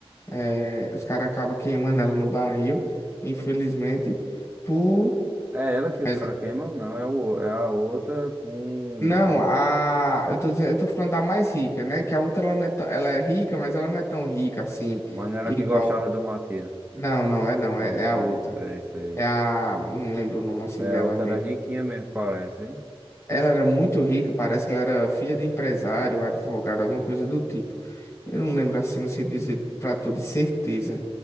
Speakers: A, on the left (about 30°); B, on the right (about 20°).
A: é, os caras acabam queimando ela no barril, infelizmente, por
B: É ela que os
A: Exato.
B: caras queimam? Não, é, o, é a outra com. um-
A: Não, a. Eu tô dizendo, eu tô falando da mais rica, né? Que a outra ela não é tão, ela é rica, mas ela não é tão rica assim,
B: Mas não era
A: igual.
B: a que gostava do Matias.
A: Não, não, é não,
B: Isso,
A: é, é a
B: isso,
A: outra.
B: é isso aí.
A: É a. Não lembro o nome assim
B: É,
A: dela
B: a outra
A: mesmo.
B: era riquinha mesmo, parece, hein?
A: Ela era muito rica, parece que ela era filha de empresário, advogado, alguma coisa do tipo. Eu não lembro assim, não sei dizer pra tu de certeza